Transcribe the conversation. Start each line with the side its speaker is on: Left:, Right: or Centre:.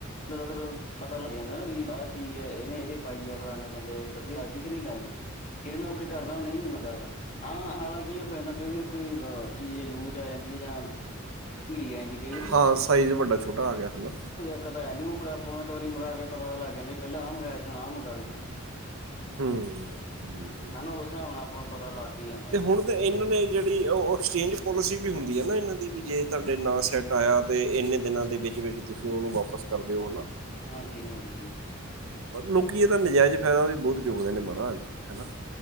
Left: ਚਲੋ ਫਿਰ ਪਤਾ ਲੱਗ ਜਾਂਦਾ ਨਾ ਵੀ ਆਹ ਚੀਜ਼। ਇਹਨੇ ਇਹਦੇ ਪਾਈ ਆ ਫਲਾਨੇ ਬੰਦੇ ਵਧੀਆ ਲੱਗਦੀ ਕਿ ਨਹੀਂ ਲੱਗਦੀ। ਫਿਰ ਮੈਂ ਉਹਕੇ ਕਰਦਾ ਨਹੀਂ ਨੀ ਮੈਂ ਕਰਦਾ। ਹਾਂ ਹਾਲਾਂਕਿ, ‌ਇਹ ਹੋ ਜਾਂਦਾ ਕਈ ਵਾਰੀ ਕੋਈ ਚੀਜ਼ ਲੂਜ ਆ ਜਾਂਦੀ ਹੈ ਜਾਂ ਭੀੜੀ ਆ ਜਾਂਦੀ। ਕਈ ਵਾਰੀ
Right: ਹਾਂ ਸਾਈਜ਼ ਵੱਡਾ, ਛੋਟਾ ਆ ਗਿਆ ਹਨਾ।
Left: ਤਾਂ ਫਿਰ ਆਪਾਂ ਨੂੰ ਇੱਕ ਵਾਰੀ ਮਲਾ ਕੇ ਪਤਾ ਲੱਗ ਜਾਂਦਾ, ਪਹਿਲਾਂ ਆਹ ਮੰਗਵਾਆ ਸੀ। ਹੁਣ ਆਹ ਮੰਗਾ ਲਈਏ। <unintelligible>
Right: ਹੂੰਮ ਹੂੰਮ
Left: ਹਨਾ ਉਸ ਹਿਸਾਬ ਨਾਲ ਆਪਾਂ ਨੂੰ ਪਤਾ ਲੱਗ ਹੀ ਜਾਂਦਾ।
Right: ਹੁਣ ਤੇ ਤਾਂ ਇਹਨਾਂ ਨੇ ਜਿਹੜੀ ਉਹ ਐਕਸਚੇਂਜ ਪੋਲਿਸੀ ਵੀ ਹੁੰਦੀ ਹੈ, ਨਾ ਇਹਨਾਂ ਵੀ ਜੇ ਤੁਹਾਡੇ ਨ ਸੈੱਟ ਘਟਾਇਆ ਤੇ ਇੰਨੇ ਦਿਨਾਂ ਦੇ ਵਿੱਚ-ਵਿਚ ਤੁਸੀਂ ਉਹਨੂੰ ਵਾਪਸ ਕਰ ਦਿਓ ਹਨਾ।
Left: ਹਾਂਜੀ ਹਾਂਜੀ
Right: ਲੋਕੀ ਇਹ ਤਾਂ ਨਾਜਾਇਜ਼ ਫਾਇਦਾ ਵੀ ਬਹੁਤ ਚੁੱਕਦੇ ਨੇ ਮਹਾਰਾਜ ਹਨਾ।